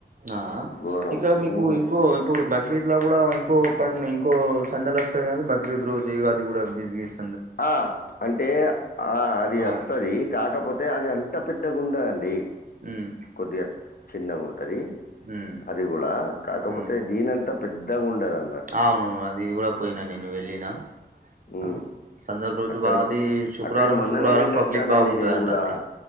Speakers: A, on the right (about 50°); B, on the left (about 60°).
A: ఆ
B: ఘోరం
A: ఇక్కడ మీకు
B: ఉమ్.
A: ఇంకో ఇప్పుడు బ బక్రీద్లో కూడా ఇంకో పం ఇంకో సందలు వస్తది కానీ బక్రీద్ రోజు ఇగ అది కూడా బిస్గీస్
B: ఆ అంటే ఆ అది
A: ఆ
B: ఆస్తది కాకపోతే అది అన్ ఇంత పెద్ద గుండదండి
A: ఉహ్
B: కొద్దిగా చిన్నగుంటది
A: ఉమ్
B: అది కూడా కాకపోతే
A: ఉమ్
B: దీనంతా పెద్దగుండదు అన్నట్
A: అవును అది కూడా పోయినా నేను వెళ్ళిన
B: ఉ
A: ఆ సందడి రోజు
B: అక్కడి
A: బా అది శుక్రవారం
B: అక్కడి మొన్ననే
A: శుక్రవారం
B: వెళ్ళొచ్చానండి
A: పబ్లిక్ బాగుంటదంట
B: నేను కూడా
A: అక్కడ